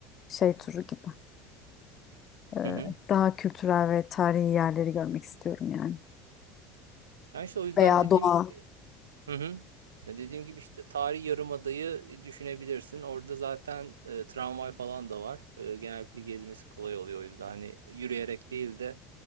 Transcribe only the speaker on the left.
şey turu gibi. Ee,
daha kültürel ve tarihi yerleri görmek istiyorum yani.
Veya
doğa.